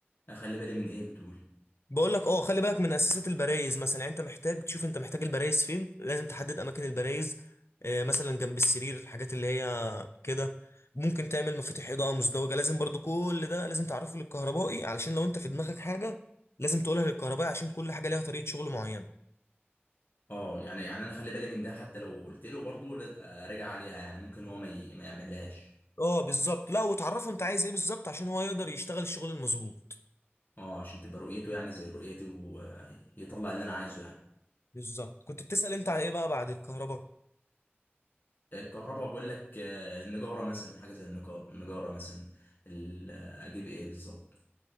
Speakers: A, on the left; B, on the left.
A: اخلي بالي من ايه بتقول
B: بقول لك اه خلي بالك من اساسات البرايز مثلا يعني انت محتاج تشوف انت محتاج البرايز فين لازم تحدد اماكن البرايز آه، مثلا جنب السرير الحاجات اللي هي كده ممكن تعمل مفاتيح اضاءه مزدوجه لازم برضو كل ده لازم تعرفه للكهربائي علشان لو انت في دماغك حاجه لازم تقولها للكهربائي عشان كل حاجه ليها طريقه شغل معينه
A: اه يعني يعني انا اخلي بالي من ده حتى لو قلت له برضه راجع عليها يعني ممكن هو ما, ي... ما يعملهاش
B: اه بالظبط لا وتعرفه انت عايز ايه بالظبط عشان هو يقدر يشتغل الشغل المظبوط
A: اه عشان تبقى رؤيته يعني زي رؤيتي ويطلع اللي انا عايزه يعني
B: بالظبط كنت بتسأل انت على ايه بقى بعد الكهرباء
A: الكهرباء بقول لك آه، النجاره مثلا حاجه زي النجا- النجاره مثلا ال- آه، اجيب ايه بالظبط